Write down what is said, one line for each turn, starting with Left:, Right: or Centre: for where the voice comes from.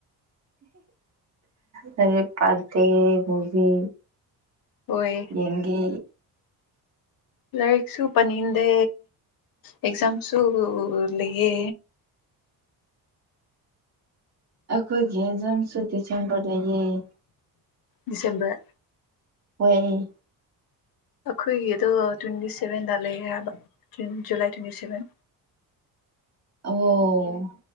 Right: ꯂꯥꯏꯔꯤꯛ ꯄꯥꯗꯦ ꯃꯨꯚꯤ
Left: ꯍꯣꯏ
Right: ꯌꯦꯡꯒꯦ
Left: ꯂꯥꯏꯔꯤꯛꯁꯨ ꯄꯥꯅꯤꯡꯗꯦ ꯑꯦꯛꯖꯥꯝꯁꯨ ꯂꯩꯌꯦ
Right: ꯑꯈꯣꯏꯒꯤ ꯑꯦꯖꯥꯝꯁꯨ ꯗꯤꯁꯦꯝꯕꯔ ꯂꯩꯌꯦ
Left: ꯗꯤꯁꯦꯝꯕꯔ
Right: ꯍꯣꯏ
Left: ꯑꯈꯣꯏꯒꯤꯗꯣ ꯇ꯭ꯋꯦꯟꯇꯤ ꯁꯚꯦꯟꯗ ꯂꯩꯌꯦ ꯍꯥꯏꯕ ꯖꯨꯟ ꯖꯨꯂꯥꯏ ꯇ꯭ꯋꯦꯟꯇꯤ ꯁꯚꯦꯟ
Right: ꯑꯣ